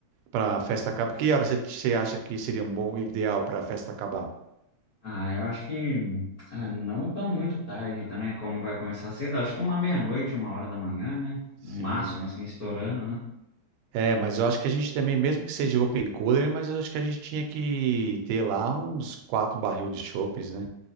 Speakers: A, on the right; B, on the left.
A: para a festa acabar. Que hora você, você acha que seria um bom ideal para a festa acabar?
B: ah, eu acho que ah, não tão muito tarde, tá, né? Como vai começar cedo, acho que uma meia-noite, uma hora da manhã, né?
A: Sim,
B: No máximo,
A: né?
B: assim, estourando, né?
A: É, mas eu acho que a gente também, mesmo que seja open cooler, mas eu acho que a gente tinha que ter lá uns quatro barril de chopes, né?